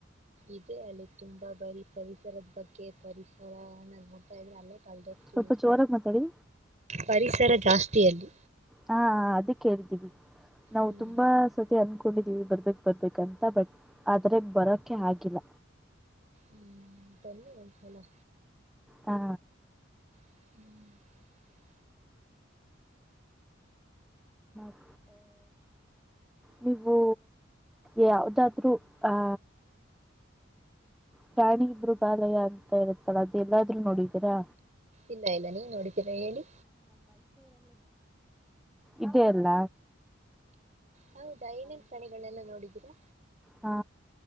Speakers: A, on the right (about 40°); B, in the centre.
A: ಇದೆ ಅಲ್ಲಿ ತುಂಬಾ ಬರೀ ಪರಿಸರದ ಬಗ್ಗೆ ಪರಿಸರ ಅನ್ನೋದು ನೋಡ್ತಾ ಇದೆ ಅಲ್ಲ
B: ಸ್ವಲ್ಪ ಜೋರಾಗಿ ಮಾತಾಡಿ
A: ಪರಿಸರ ಜಾಸ್ತಿಯಲ್ಲಿ
B: ಹಾ ಅದಕ್ಕೆ ಹೇಳ್ತೀವಿ ನಾವು
A: ಹ್ಮ್
B: ತುಂಬಾ ಸತಿ ಅನ್ಕ ಕೊಂಡಿದೀವಿ ಬರ್ಬೇಕಕ್ ಬರ್ಬೇಕ ಅಂತ ಬಟ್ ಆದ್ರೆ ಬರೋಕೆ ಆಗಿಲ್ಲ.
A: ಹ್ಮ್ ಬನ್ನಿ ಒಂಸ್ಸಲ
B: ಹಾ
A: <inaudible>
B: ಹ್ಮ ನೀವು ಯಾವ್ದಾದ್ರರು ಆಹ ಪ್ರಾಣಿ ಮೃಗಲಾಯ ಅಂತ ಇರುತ್ತಲ್ಲ ಅದು ಎಲ್ಲಾದ್ರೂ ನೋಡಿದೀರಾ
A: ಇಲ್ಲ ಇಲ್ಲ ನೀವ ನೋಡಿದ್ದೀರಾ ಹೇಳಿ
B: ಇದೇ ಅಲ್ಲ
A: ಹೌದಾ ಏನೇನ್ ಕಣಗಳನ್ನೆಲ್ಲ ನೋಡಿದೀರಾ
B: ಹಾ